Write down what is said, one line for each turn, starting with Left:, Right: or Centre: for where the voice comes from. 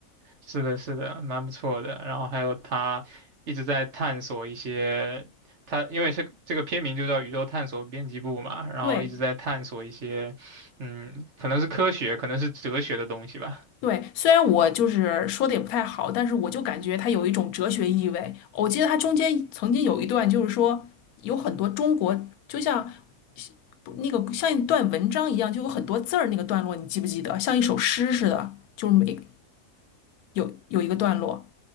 Right: 是的，是的，蛮不错的。然后还有他一直在探索一些，他因为这个这个片名就叫《宇宙探索编辑部》嘛，然后一直在探索一些，
Left: 对
Right: 嗯，可能是科学，可能是哲学的东西吧。
Left: 对，虽然我就是说的也不太好，但是我就感觉它有一种哲学意味。我记得它中间曾经有一段，就是说有很多中国，就像不那个像一段文章一样，就有很多字儿那个段落，你记不记得？像一首诗似的，就是每有有一个段落。